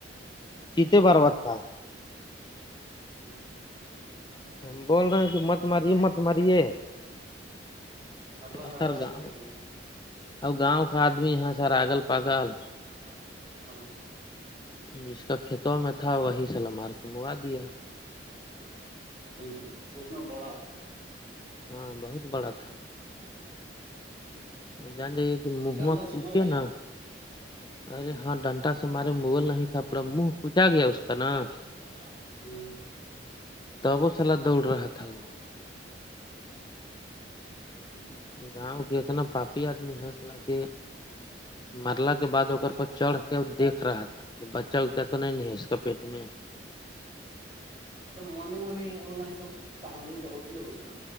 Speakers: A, on the left; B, on the right.
A: چتے بر بات تھا
B: ہوں <unintelligible>
A: ہم بول رہے ہیں کہ مت ماریے مت ماریے
B: اللہ
A: اکثر
B: ناراض
A: گاؤں
B: ہو جائیں گے
A: ا گاؤں کا آدمی یہ سر آگل پاگل
B: ہاں ہ
A: جس کا ک تو میں تھا وہی سلمار کنوا دیا
B: ہ ہوں اتنا بڑا
A: ہاں بہت بڑا تھا جان جائیے کہ منہا
B: ڈنڈا
A: کوچے
B: سے مر گیا
A: نا ارے ہاں ڈنٹا سے ہمارے مغل نہیں
B: ہمارے
A: تھا پر موہ پچا گیا اس کا نا
B: گیا اس کا نا وہ
A: ت وہ سالا دوڑ رہا
B: سلا
A: تھا وہ
B: دوڑ رہا تھا ہی <unintelligible>
A: گاؤں کے اتنا پاپی آدمی ہے چلاک
B: آدمی
A: مرلا کے بعد ا
B: مرلا
A: پ چڑھ
B: بعد
A: کے دیکھ رہا تھا کہ بچہ کیا تو نہیں نہیں ہے اس کا پیٹ میں <inaudible> <inaudible>
B: اچھا منی ونی والا یہ سب کہانی کہتی ہوگیا نا